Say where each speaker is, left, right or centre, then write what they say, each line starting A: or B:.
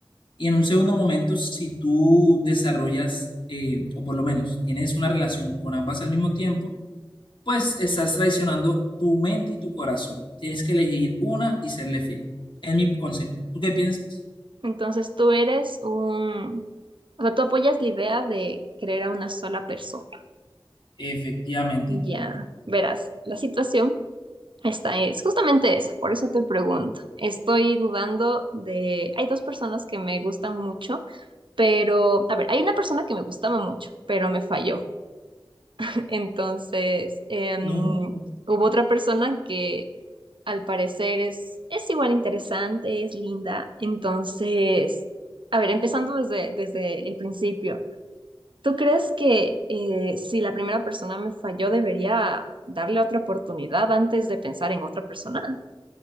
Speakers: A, on the left (about 60°); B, on the right (about 65°).
A: Y en un segundo momento, si tú desarrollas, eh, o por lo menos tienes una relación con ambas al mismo tiempo, pues estás traicionando tu mente y tu corazón. Tienes que elegir una y serle fiel. Es mi concepto. ¿Tú qué piensas?
B: Entonces tú eres un, o sea, tú apoyas la idea de querer a una sola persona.
A: Efectivamente.
B: Ya,
A: ¿Y tú?
B: verás, la situación. Está, es justamente esa, por eso te pregunto. Estoy dudando de... Hay dos personas que me gustan mucho, pero... A ver, hay una persona que me gustaba mucho, pero me falló. <laughs> Entonces, em,
A: No.
B: hubo otra persona que al parecer es, es igual interesante, es linda. Entonces, a ver, empezando desde, desde el principio. ¿Tú crees que eh, si la primera persona me falló, debería darle otra oportunidad antes de pensar en otra persona?